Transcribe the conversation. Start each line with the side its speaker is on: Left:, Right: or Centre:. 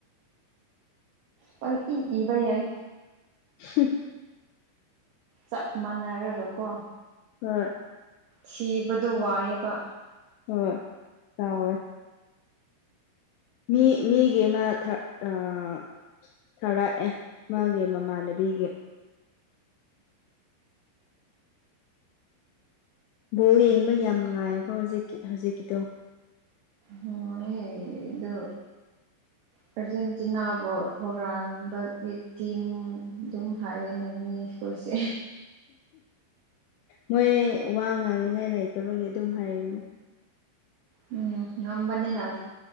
Right: ꯄꯪꯏ ꯏꯕ ꯌꯥꯏ
Left: <unintelligible>
Right: ꯆꯞ ꯃꯥꯟꯅꯔꯒ ꯀꯣ
Left: <unintelligible>
Right: ꯊꯤꯕꯗꯣ ꯋꯥꯏꯌꯦꯕ
Left: ꯍꯣꯏ ꯇꯧꯋꯦ ꯃꯤ ꯃꯤ ꯒꯤꯅ ꯃꯊꯠ ꯑꯥ ꯊꯔꯛꯑꯦ ꯃꯥꯒꯤ ꯃꯃꯥꯟꯅꯕꯤꯒꯤ ꯕꯣꯜ ꯌꯦꯡꯕ ꯌꯥꯝ ꯅꯨꯡꯉꯥꯏꯔꯦꯀꯣ ꯍꯧꯖꯤꯛ ꯍꯧꯖꯤꯛꯀꯤꯗꯣ
Right: ꯍꯣꯏ ꯑꯗꯨ ꯑꯥꯔꯖꯦꯟꯇꯤꯅꯥꯕꯨ ꯍꯨꯔꯥꯟꯕꯒꯤ ꯇꯤꯝ ꯑꯗꯨꯝ ꯍꯥꯏꯌꯦꯅꯦ ꯃꯤ ꯑꯩꯈꯣꯏꯁꯦ
Left: ꯃꯣꯏ ꯋꯥ ꯉꯥꯡꯅꯤꯉꯥꯏ ꯂꯩꯇꯕꯒꯤ ꯑꯗꯨꯝ ꯍꯥꯏꯕꯅꯦ
Right: ꯎꯝ ꯉꯝꯕꯅꯤ ꯅꯥꯎ